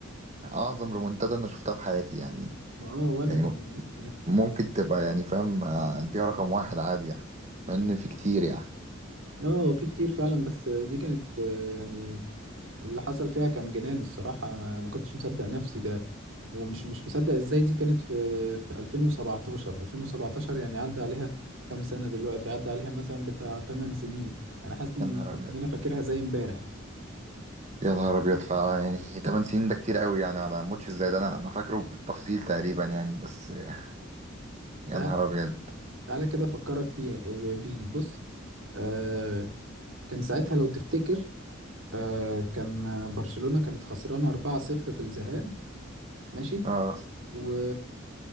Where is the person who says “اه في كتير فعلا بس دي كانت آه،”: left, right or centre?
Right